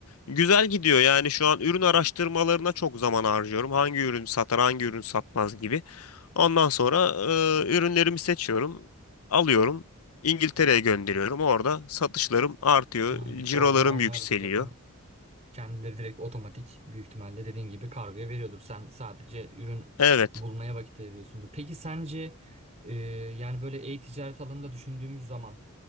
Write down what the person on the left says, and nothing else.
Güzel gidiyor yani şu an ürün araştırmalarına çok zaman harcıyorum. Hangi ürün satar, hangi ürün satmaz gibi. Ondan sonra e, ürünlerimi seçiyorum, alıyorum. İngiltere'ye gönderiyorum. Orada satışlarım artıyor,
cirolarım
yükseliyor.
Evet.